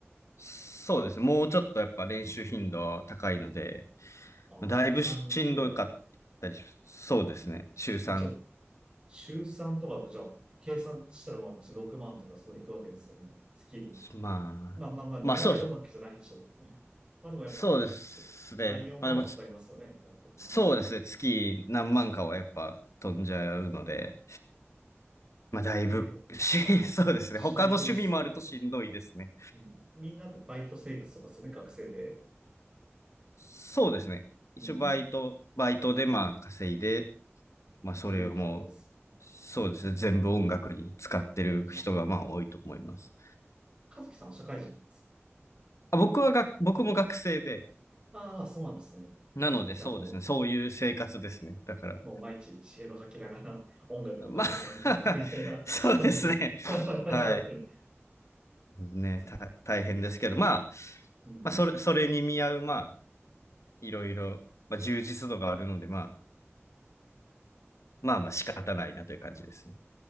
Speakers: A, on the left; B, on the right.
A: そうですね。もうちょっとやっぱ練習頻度は高いので、
B: よ。
A: だいぶしんどかったりし、
B: ああ、2、3ぐらい。
A: そうですね。週3。
B: で、ちょ週3とかと、じゃあ、計算したらまあ、6万とかそういくわけですよね。月に。
A: まあ、
B: まあまあまあ、毎回飲むわけじゃないでしょってね。
A: まあそう、
B: まあでもやっぱ、
A: そうですね。
B: す3、4万はかかりますよね。
A: まあでもつ、
B: やっぱね。
A: そうですね。月何万かはやっぱ飛んじゃうので、まあだいぶし、
B: で、
A: <laughs> そうですね。
B: しんどいっすよね。
A: 他の趣味もあるとしんどいですね。
B: うん、みんなってバイト生活とかですよね、学生で。
A: そうですね。一応バイト、
B: うん、
A: バイトでまあ稼いで、まあ、それをも
B: いう感じです。
A: う、そうですね、全部音楽に使ってる人がまあ多いと思います。
B: うん。和樹さんは社会人なんです
A: あ、僕はが、僕も学生で、
B: かああ、そうなんですね。
A: なのでそうですね、
B: じゃあもう、
A: そういう生活ですね。だから、
B: もう毎日知恵を吐きながら音楽のために頑張ってみたいな感じです。
A: まあ <laughs> そうですね。
B: <laughs>
A: はい。ね、た、大変ですけど、まあ、
B: うん
A: まあ、それ、それに見合う、まあ、いろいろ、まあ、充実度があるので、まあ、まあまあ仕方ないなという感じですね。